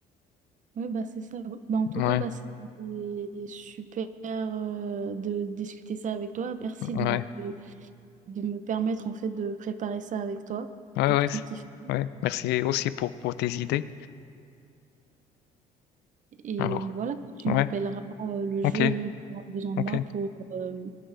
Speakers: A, on the right; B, on the left.
A: Ouais, bah c'est ça. ouais. Bah, en tout
B: Ouais,
A: cas, bah, c'était super euh, de discuter ça avec toi. Merci
B: ouais,
A: de, me- de me permettre en fait de préparer ça avec toi
B: ouais,
A: pour
B: ouais,
A: ton
B: c'est-
A: petit film.
B: ouais. Merci aussi pour, pour tes idées.
A: Et
B: Alors,
A: voilà, tu
B: ouais,
A: m'appelleras euh, le jour
B: ok,
A: où tu auras besoin de
B: ok,
A: moi pour euh,